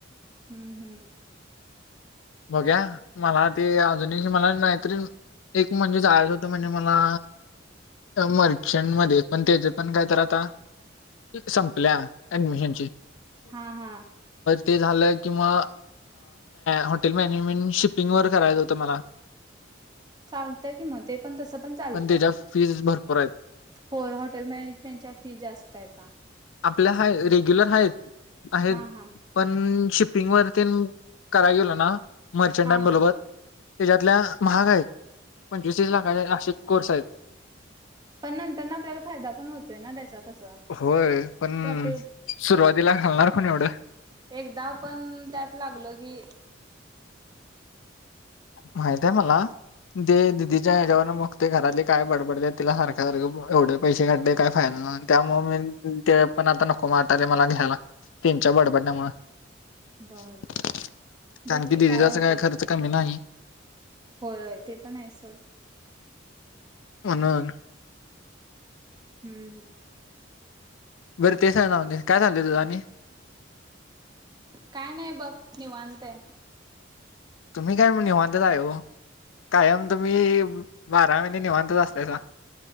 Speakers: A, on the right; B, on the left.
A: हम्म हम्म
B: बहुया मला ते अजून मला नाहीतरी. एक म्हणजेचयच होतं म्हणजे मला मर्चंट मध्ये पण त्याच्या पण काय तर आता संपल्या ऍडमिशन ची
A: हा हा
B: ते झालं किंवा हॉटेल मॅनेजमेंट शिपिंग वर करायचं होतं मला.
A: चालतं कि मग ते पण तसं पण चालतं.
B: त्याच्या फीज भरपूर आहेत.
A: होय हॉटेल मॅनेजमेंटच्या फी जास्त आहे आता
B: आपल्या हा रेग्युलर हाय आहेत
A: हा हा
B: पण श पिंग वरती कराय गेल ना मर्चंटां
A: हा
B: बरोबर,
A: हा
B: त्याच्यातल्या महाग आहेत पंचवीसस लाखाचे असे कोर्स आहेत.
A: पण नंतर ना आपल्याला फायदा पण होतोय ना त्याचा. तसा
B: होय पण
A: प्रॉफिट
B: सुरुवातीला घालणार कोण एवढं.
A: एकदा पण त्यात लागल की.
B: माहित आहे मला. ते दिदीच्या ह्याच्यावरं मगते घराले काय बडबडले तिला सारख्या सारखं एवढे पैसे काढले काय फायदा त्यामुळ मी ते पण आता नको वाटायलय मला घ्यायला तेंच्या च्या बडबडण्यामुळ.
A: बर
B: <unintelligible>
A: बघकी
B: दीदीचा
A: काय होते
B: काही खर्च कमी नाही.
A: होय होय ते पण आहे सोड.
B: म्हणून.
A: हम्म हम्म
B: बरं ते सगळे जाऊते काय चाललं तुझ आणि-
A: काय नाही बघ निवांत हे.
B: तुम्ही काय मग निवांतच आहे व. कायम तुम्ही बाराही महिने निवांतच असतायसा